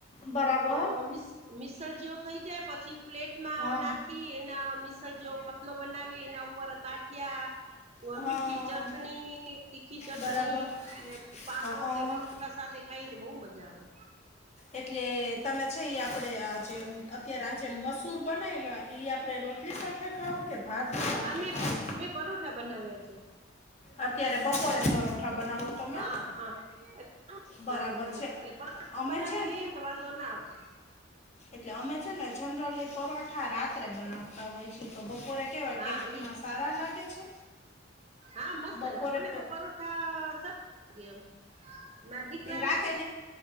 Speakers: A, on the left; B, on the right.
A: બરાબર
B: તો મ મિક્સર જેવું થઈ જાય પછી પ્લેટમા
A: આમ
B: ખી એના મિસળજો પતલો બનાવી એના ઉપર ગાઠિયા ઉ
A: હા
B: મીઠી ચટણી તીખી ચટણી
A: બરાબર
B: અને પા
A: હઅ
B: સાથે ખાઈ તો બહુ મજા આવે
A: એટલે તમે છે એ આપડે આજ અત્યારે આજે મસૂર બનાવ્યા ઈ આપડે રોટ ટલી સાથે ખાઓ કે ભાતની સાથે
B: હા મેં
A: ખાઓ
B: મેં પરોઠા બનાવ્યા છે.
A: અત્યારે બપોરે પરોઠા બનાવો તમે
B: હા હા એટલે
A: બરાબર
B: આવે મને
A: છે
B: એટલે પરોઠા
A: અમે
B: બનાવી
A: છે.
B: લઈએ ને તો વાંધો ના આવે.
A: એટલે અમે છે ને જનરલી પરોઠા રાત્રે બનાવતા હોય છેી તો બપોરે કેવા
B: હા
A: ટેસ્ટમાં
B: ઈ જ
A: સારા લાગે છે
B: હા મસ્ત
A: બપોરે
B: અલા મને
A: પ
B: તો પરોઠા સર લાગે એમ ના દીકરા
A: એ રાતે
B: ને